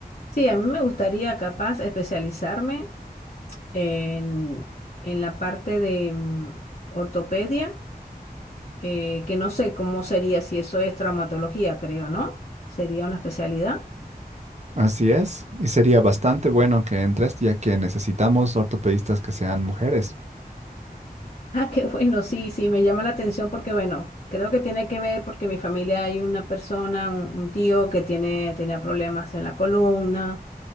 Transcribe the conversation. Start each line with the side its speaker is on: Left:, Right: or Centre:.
Left: Sí, a mí me gustaría capaz especializarme en, en la parte de mm, ortopedia, eh, que no sé cómo sería si eso es traumatología, creo, ¿no? Sería una especialidad.
Right: Así es, y sería bastante bueno que entres, ya que necesitamos ortopedistas que sean mujeres.
Left: Ah, qué bueno, sí, sí, me llama la atención porque, bueno, creo que tiene que ver porque en mi familia hay una persona, un, un tío que tiene, tenía problemas en la columna